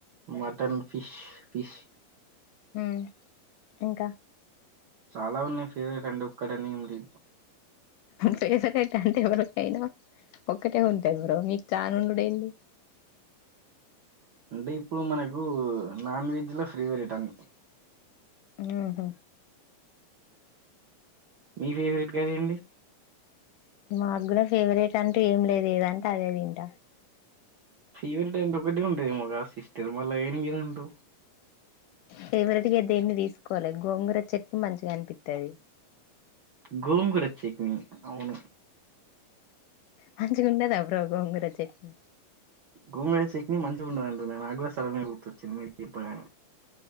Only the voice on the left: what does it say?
ఉ ఇంకా
ఫేవరట్ అంటే ఎవరికైనా ఒక్కటే ఉంటేంది బ్రో మీకు చాను ఉండూడేంది
ఊహు
మా గూడా ఫేవరెట్ అంటూ ఏం లేదు ఏదంటే అదేది ఇంట
ఫేవరెట్ గా దేన్ని దీసుకోవాలి గోంగుర చట్నీ మంచిగా అనిపిస్తుది
మంచిగా ఉండదా బ్రో గోంగూర చట్నీ